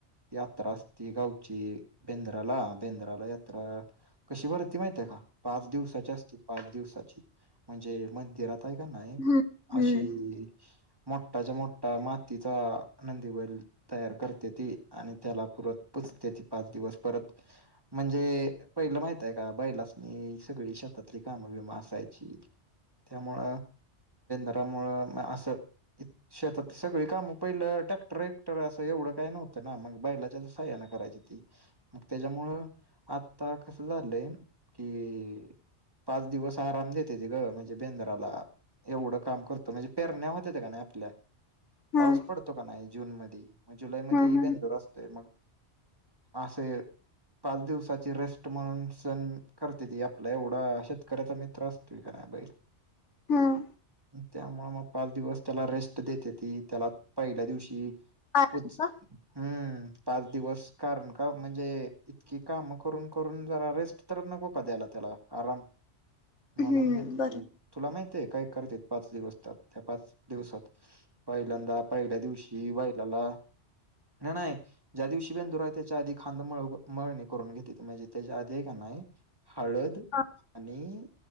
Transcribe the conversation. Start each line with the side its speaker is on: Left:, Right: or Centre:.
Right: यात्रा असती गावची, बेंद्राला. बेंद्राला यात्रा, कशी भरती माहितीय का? पाच दिवसाची असती पाच दिवसाची. म्हणजे मंदिरात हाय क नाय
Left: हम्म
Right: अशी
Left: हम्म
Right: मोठाच्या मोठठा मातीचा, नंदी बैल तयार करतेती आणि त्याला पूजतेती पाच दिवस परत. म्हणजे पहिलं माहितय का बैलासनी सग शेतातली काम बीम असायची. त्यामुळ त्यामुळं असं शेतात सगळी कामं पहिलं टॅक्टर वक्टर असं एवढं काही नव्ह मग बैलाच्या साहाय्याने करायची ते. मग त्याच्यामुळ आता कसं झालंय की- पाच दिवस आराम देत्याती ग. म्हणजे बेंद्राला, एवढं काम करतो. म्हणजे पेरण्या होत्यात का नाही आपल्या
Left: हम्म
Right: पाऊस पडतो का नाय जून मध्ये. म जुलै मध्ये
Left: हम्म हम्म
Right: बेंदूर असतोय मग. असं पाच दिवसाची रेस्ट म्हणून सण करतेती आपला एवढा शेतकऱ्याचा मित्र असतोय का हा बैल.
Left: हम्म
Right: त्यामुळ मग पाच दिवस त्याला रेस्ट देतेती. त्याला पहिल्या दिवशी
Left: हम्म
Right: उच्च
Left: का
Right: - हम्म पाच दिवस कारण का म्हणजे. इतकी काम करून करून जरा रेस्ट तरच नको का द्यायला त्याला. आराम
Left: हम्म
Right: म्हणून देतेती
Left: बरं
Right: तुला माहित काय करत्यात पाच दिवसात, त्या पाच दिवसात. पहिल्यांदा पहिल्या दिवशी बैलाला ला नाही नाही. ज्या दिवशी बेंदूर आहे त्याच्या आधी खांदा मळू मळणी करून घेतीती. म्हणजे त्याच्या आधी हाय का नाय नय. हळद
Left: हा
Right: आणि